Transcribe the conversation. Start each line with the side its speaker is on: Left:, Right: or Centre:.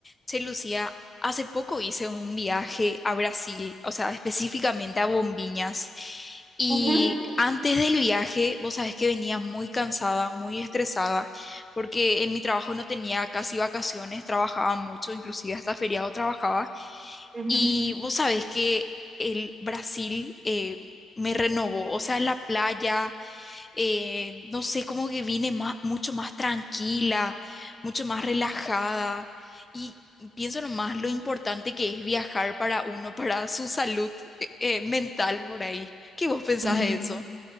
Left: Che, Lucía, hace poco hice un viaje a Brasil, o sea, específicamente a Bombiñas. Y
Right: Ujú,
Left: antes del viaje, vos sabés que venía muy cansada, muy estresada, porque en mi trabajo no tenía casi vacaciones, trabajaba mucho, inclusive hasta feriado trabajaba.
Right: ujú,
Left: Y vos sabés que el Brasil eh, me renovó, o sea, la playa, eh, no sé, como que vine más, mucho más tranquila, mucho más relajada. Y pienso nomás lo importante que es viajar para uno, para su salud eh, eh, mental por ahí. ¿Qué vos pensás
Right: ujú.
Left: de eso?